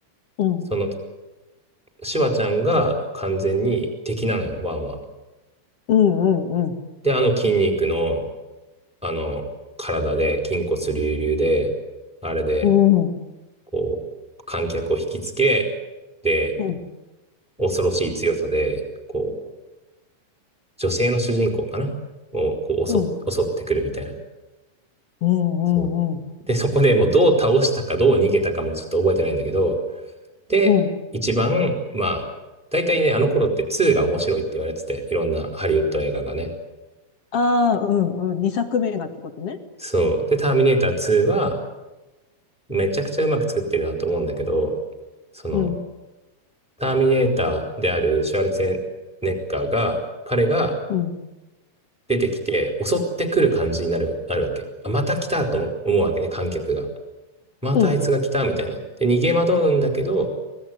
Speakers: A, on the left; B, in the centre.
A: うん、
B: その、シュワちゃんが完全に敵なのよ、ワンは。
A: うん、うん、うん、
B: で、あの筋肉の、あの、体で、筋骨隆々で、あれで、
A: うん、
B: こう、観客を引きつけ、で、
A: うん。
B: 恐ろしい強さで、こう、女性の主人公かなを、こう、襲っ、
A: うん
B: 襲ってくるみたいな。
A: うんうんうん。
B: そう。で、そこでもうどう倒したか、どう逃げたかもちょっと覚えてないんだけど、で、
A: うん。
B: 一番、まあ、大体ね、あの頃って2が面白いって言われてて、いろんなハリウッド映画がね。
A: ああ、うんうん。二作目がってことね。
B: そう。で、ターミネーター2は、めちゃくちゃうまく作ってるなと思うんだけど、その、
A: うん、
B: ターミネーターであるシュワルツェネッガーが、彼が
A: うん、
B: 出てきて襲ってくる感じになる、なるわけ。あ、また来たと思思うわけね、観客が。またあいつが来たみたいな。
A: うん。
B: で、逃げ惑うんだけど、